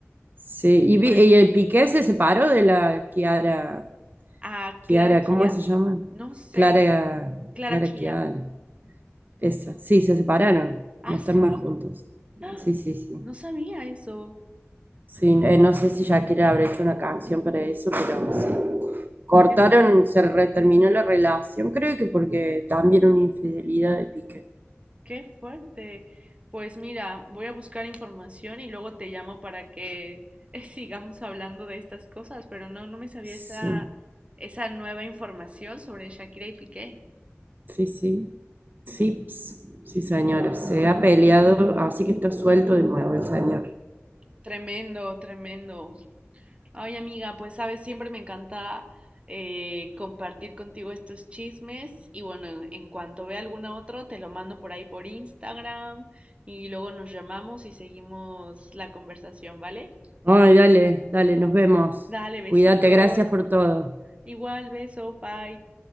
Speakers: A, on the right; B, on the right.
A: Sí, y, vi-
B: Pues
A: y el Piqué se separó de la Kiara,
B: a
A: Kiara,
B: Clara Chía,
A: ¿cómo se llama?
B: no sé,
A: Clara,
B: Clara
A: Clara
B: Chía.
A: Kiara, esa, sí, se separaron,
B: Ah,
A: no están
B: sí,
A: más juntos.
B: ¡Ah!
A: Sí, sí, sí.
B: no sabía eso.
A: Sí, eh, no sé si Shakira habrá hecho una canción para eso, pero sí. Cortaron,
B: Qué, fu-
A: se re- terminó la relación, creo que porque también una infidelidad de Piqué.
B: qué fuerte. Pues mira, voy a buscar información y luego te llamo para que <laughs> eh, sigamos hablando de estas cosas, pero no, no me sabía
A: Sí,
B: esa, esa nueva información sobre Shakira y Piqué.
A: sí, sí. Sí, ps, sí, señora, se ha peleado, así que está suelto de nuevo el señor.
B: Tremendo, tremendo. Ay, amiga, pues sabes, siempre me encanta eh, compartir contigo estos chismes y bueno, en, en cuanto vea alguna otro, te lo mando por ahí por Instagram y luego nos llamamos y seguimos la conversación, ¿vale?
A: Ay, dale, dale, nos vemos.
B: Dale, besitos.
A: Cuídate, gracias por todo.
B: Igual, beso, bye.